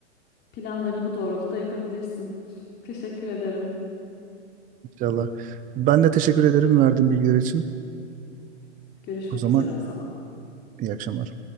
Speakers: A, on the left; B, on the right.
A: Planlarını bu doğrultuda yapabilirsin. <laughs> Teşekkür ederim.
B: inşallah. Ben de teşekkür ederim verdiğin bilgiler için.
A: Görüşmek
B: O zaman
A: üzere o zaman.
B: iyi akşamlar.